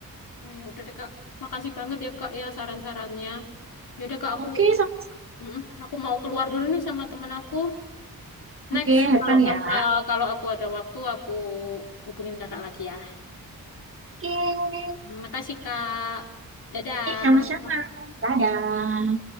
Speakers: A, on the left; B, on the right.
A: nah, ya udah deh Kak. Makasih banget ya Kak ya saran-sarannya. Ya udah Kak, aku
B: Oke, sama-sama.
A: mm, aku mau keluar dulu nih sama temen aku.
B: Oke,
A: Next,
B: Hepan
A: kalau
B: ya.
A: kap- eh, kalau aku ada waktu aku hubungin Kakak lagi ya.
B: Oke,
A: Mm, Makasih Kak. Dadah.
B: eh sama-sama. Dadah.